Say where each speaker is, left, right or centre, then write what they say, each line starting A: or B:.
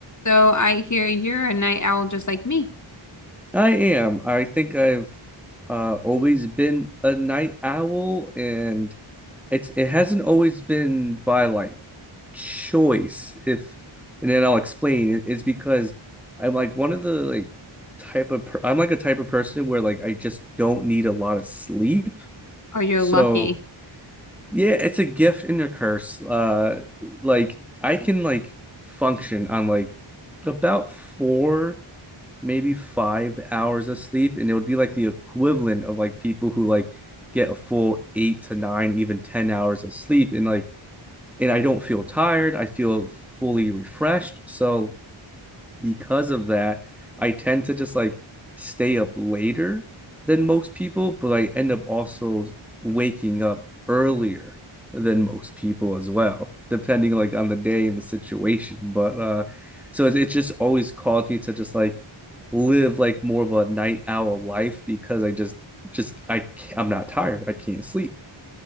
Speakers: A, on the left; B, in the centre.
A: So I hear you're a night owl just like me,
B: I am. I think I've uh, always been a night owl, and it's it hasn't always been by like choice. If and then I'll explain. It- It's because I'm like one of the like type of per I'm like a type of person where like I just don't need a lot of sleep.
A: or you're
B: So
A: lucky.
B: yeah, it's a gift and a curse. Uh, like I can like function on like about four maybe five hours of sleep, and it would be like the equivalent of like people who like get a full eight to nine, even 10 hours of sleep. And like, and I don't feel tired, I feel fully refreshed. So, because of that, I tend to just like stay up later than most people, but I end up also waking up earlier than most people as well, depending like on the day and the situation. But uh so it's, it's just always caused me to just like live like more of a night owl life because I just just I I'm not tired. I can't sleep.